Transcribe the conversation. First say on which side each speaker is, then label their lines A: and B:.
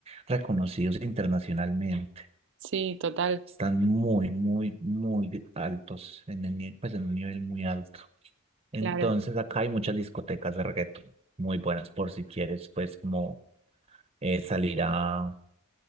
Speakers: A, on the right; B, on the right.
A: reconocidos internacionalmente.
B: Sí, total,
A: Están muy, muy, muy altos, en el, ni- pues en un nivel muy alto. Entonces
B: claro.
A: acá hay muchas discotecas de reggaetón, muy buenas por si quieres, pues como eh, salir a,